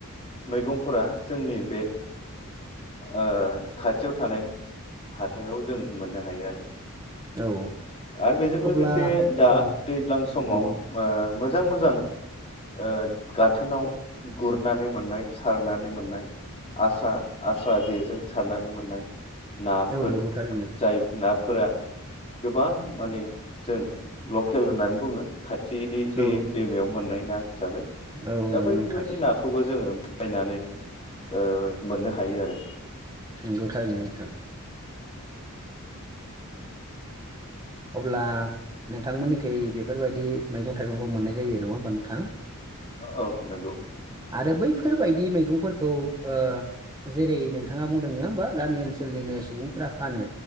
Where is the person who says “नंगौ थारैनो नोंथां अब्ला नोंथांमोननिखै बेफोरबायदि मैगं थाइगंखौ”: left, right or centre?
Right